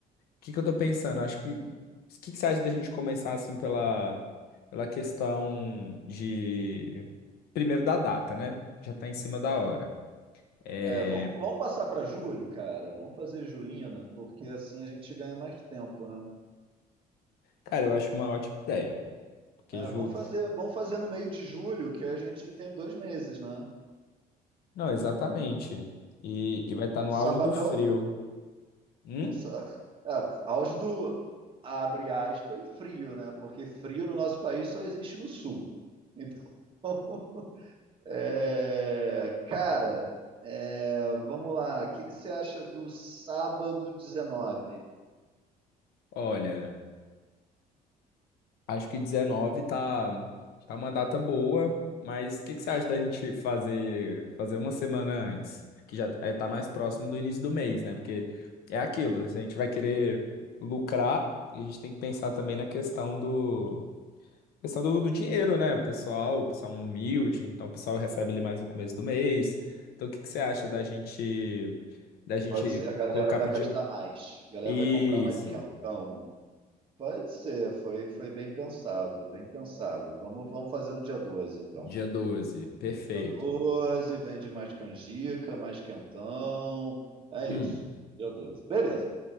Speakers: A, on the left; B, on the right.
A: que que eu tô pensando? Acho que o que que você acha da gente começar assim pela pela questão de primeiro da data, né? Já tá em cima da hora. É...
B: É, vamos, vamos passar pra julho, cara. Vamos fazer julina, porque assim a gente ganha mais tempo, né?
A: Cara, eu acho uma ótima ideia, porque
B: É,
A: ju...
B: vamos fazer,
A: ju-
B: vamos fazer no meio de julho, que a gente tem dois meses, né?
A: Não, exatamente. E, e vai estar no
B: Sabadão,
A: auge do frio. Hum?
B: não sa- é, auge do, abre aspas, frio, né? Porque frio no nosso país só existe no sul. Então, <laughs> é, cara, é, vamos lá. O que que você acha do sábado dezenove
A: Olha. Acho que dezenove tá, tá uma data boa, mas o que que você acha da gente fazer fazer uma semana antes, que já é, tá mais próximo do início do mês, né? Porque é aquilo, a gente vai querer lucrar e a gente tem que pensar também na questão do questão do, do dinheiro, né? O pessoal, o pessoal humilde, então o pessoal recebe ali mais no começo do mês. Então o que que você acha da gente da gente
B: Pode ser, a galera
A: colocar
B: vai
A: pro
B: gastar
A: dia...
B: mais. A galera
A: Isso,
B: vai comprar mais quentão. Pode ser, foi, foi bem pensado, bem pensado. Vamos, vamos fazer no dia 12 então.
A: dia doze perfeito.
B: Dia 12, vende mais canjica, mais quentão. É
A: Hum,
B: isso. Dia 12, Beleza.